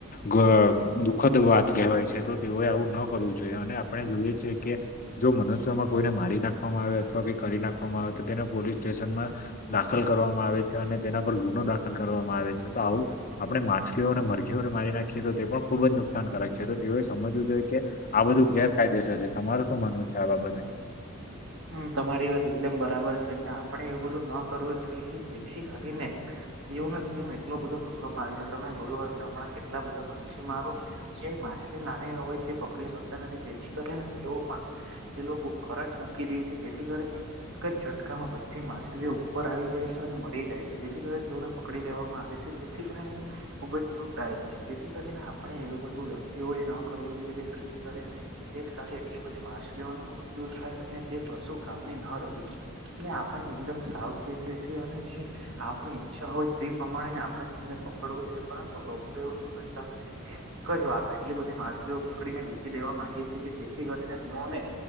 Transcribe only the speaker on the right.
હમ તમારી વાત એકદમ બરાબર છે આપણે એવું બધું ન કરવું જોઈએ કે જેથી કરીને તેવું જેમ એટલો બધો દુખોમા આયવો તમે જોયું હશે હમણાં કેટલા બધા માછી મારો જે માછલી નાની હોય તે પકડી શકતા નથી જેથી કરીને તેઓમાં તે લોકો કરંટ મુ કી દેય છે જેથી કરીને એક જ ઝટકામાં બધી માછલીઓ ઉપર આવી જાય છે અને મરી જાય છે જેથી કરી ને પકડી લેવામાં આવે છે જેથી કરીને ખુબ જ દુખદાયક છે જેથી કરીને આપણે એવું બધું વ્યક્તિઓ એ ન કરવું જોઈએ કે જેરી કરી એક સાથે એટલી બધી માછલીઓનું મૃત્યુ થાય અને કરશું કામની ન રહ્યું એટલે આપણે એકદમ સાવચેતી અને જે આપણી ઈા હોય તે પ્રમાણે આપણે તેમને પકડવું જોઈએ પરંતુ લોકો એવું સમભી ગ છે વાર માં એટલી બધી માછલીઓ પકડીને વેચસી દેવા માંગી હતી કે જેથી કરીને પીઓોને